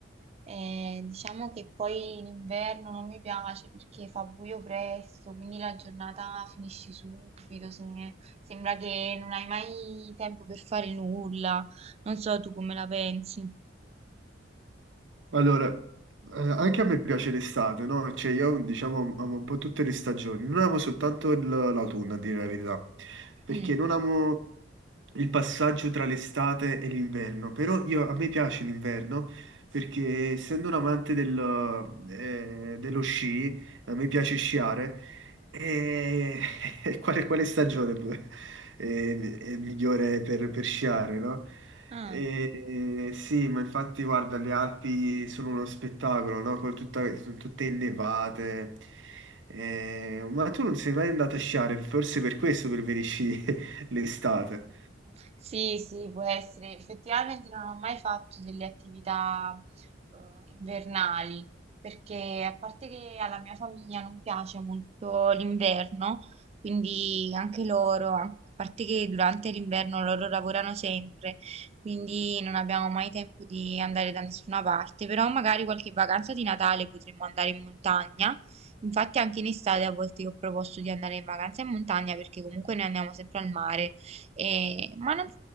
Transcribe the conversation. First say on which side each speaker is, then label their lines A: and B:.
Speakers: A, on the right; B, on the right.
A: Eh, diciamo che poi l'inverno non mi piace perché fa buio presto, quindi la giornata finisce subito, se- sembra che non hai mai tempo per fare nulla. Non so tu come la pensi.
B: Allora, eh, anche a me piace l'estate, no? Cioè io diciamo amo un po' tutte le stagioni, non amo soltanto il- l'autunno, a dire la verità, perché
A: Mm.
B: non amo il passaggio tra l'estate e l'inverno, però io- a me piace l'inverno perché essendo un amante del, eh, dello sci, a me piace sciare e <laughs> e quale, quale stagione eh, è, migliore per, per sciare, no?
A: Ah.
B: E, sì, ma infatti guarda, le Alpi sono uno spettacolo, no? Con tutta- sono tutte innevate. Eh, ma tu non sei mai andato a sciare, forse per questo preferisci <laughs> l'estate.
A: Sì, sì, può essere. Effettivamente non ho mai fatto delle attività eh, invernali, perché a parte che alla mia famiglia non piace molto l'inverno, quindi anche loro, a parte che durante l'inverno loro lavorano sempre, quindi non abbiamo mai tempo di andare da nessuna parte, però magari qualche vacanza di Natale potremmo andare in montagna. Infatti anche in estate a volte io ho proposto di andare in vacanza in montagna perché comunque noi andiamo sempre al mare. E- ma non-